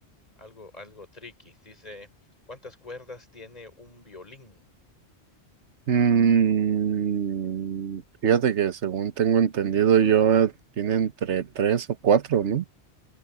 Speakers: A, on the left (about 35°); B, on the right (about 80°).
A: algo, algo tricky. Dice, ¿cuántas cuerdas tiene un violín?
B: Mm, fíjate que según tengo entendido yo, eh, tiene entre tres o cuatro, ¿no?